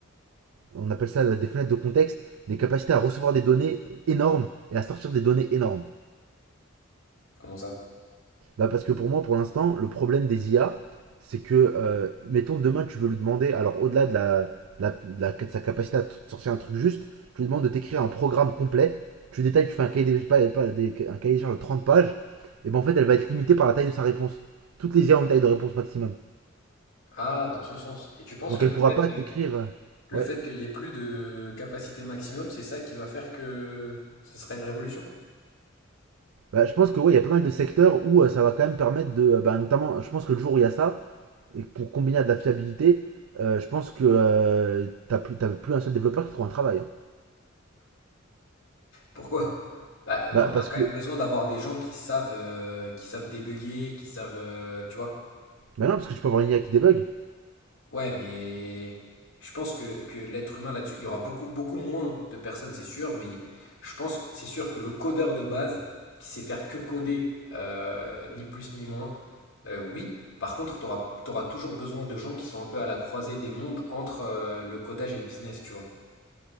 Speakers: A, on the right (about 80°); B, on the left (about 70°).
A: on appelle ça des fenêtres de contexte, des capacités à recevoir des données euh, énormes et à sortir des données énormes.
B: Comment ça?
A: bah Parce que pour moi, pour l'instant, le problème des IA, c'est que, euh, mettons, demain, tu veux lui demander, alors au-delà de, la, de la- de la- de sa capacité à te sortir un truc juste, tu lui demandes de t'écrire un programme complet, tu détailles, tu fais un cahier des, pas- pas- des- un cahier des charges de 30 pages, et ben en fait, elle va être limitée par la taille de sa réponse. Toutes les IA ont une taille de réponse maximum.
B: Ah, dans ce sens. Et tu penses
A: Donc
B: que le
A: elle pourra
B: fait,
A: pas t'écrire.
B: euh,
A: euh,
B: le
A: Ouais.
B: fait qu'il y ait plus de capacité maximum, c'est ça qui va faire que ce sera une révolution?
A: Bah, je pense que ouais, il y a pas mal de secteurs où euh, ça va quand même permettre de. euh, bah, notamment, je pense que le jour où il y a ça, et pour combiner à de la fiabilité, euh, je pense que euh, t'as plus, t'as plus un seul développeur qui trouve un travail. hein.
B: Pourquoi? Bah non,
A: Bah
B: t'as
A: parce
B: quand
A: que,
B: même besoin d'avoir des gens qui savent, euh, qui savent débugger, qui savent, euh, tu vois.
A: bah non, parce que tu peux avoir une IA qui débug.
B: Ouais, mais je pense que, que l'être humain là-dessus, il y aura beaucoup, beaucoup moins de personnes, c'est sûr, mais je pense, c'est sûr que le codeur de base, qui sait faire que coder, euh, ni plus ni moins, euh, oui. Par contre, t'auras, t'auras toujours besoin de gens qui sont un peu à la croisée des mondes entre euh, le codage et le business, tu vois.